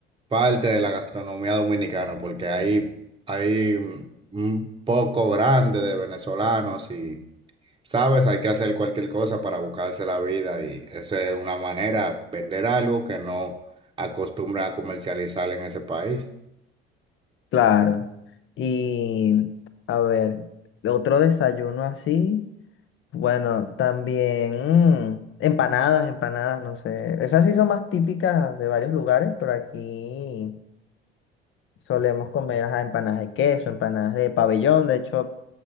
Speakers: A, on the right; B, on the left.
A: parte de la gastronomía dominicana, porque hay, hay un un poco grande de venezolanos y Sabes, hay que hacer cualquier cosa para buscarse la vida y esa es una manera, vender algo que no acostumbra a comercializar en ese país.
B: Claro. Y a ver, otro desayuno así, bueno, también mm, empanadas, empanadas, no sé, esas sí son más típicas de varios lugares, pero aquí Solemos comer ajá, empanadas de queso, empanadas de pabellón. De hecho,